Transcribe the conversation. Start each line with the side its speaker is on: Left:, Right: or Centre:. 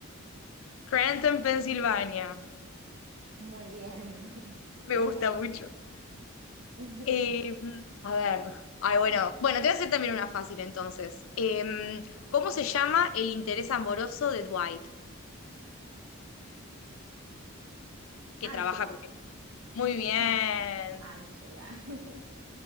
Left: Scranton, Pensilvania.
Right: Muy bien, <laughs> sí,
Left: Me
Right: era
Left: gusta
Right: fácil.
Left: mucho.
Right: <laughs>
Left: Eh, a ver, ay, bueno, bueno, te voy a hacer también una fácil entonces. Eh, ¿cómo se llama el interés amoroso de Dwight que
Right: Ángela,
Left: trabaja con él? Muy bien.
Right: sí, Ángela. <laughs>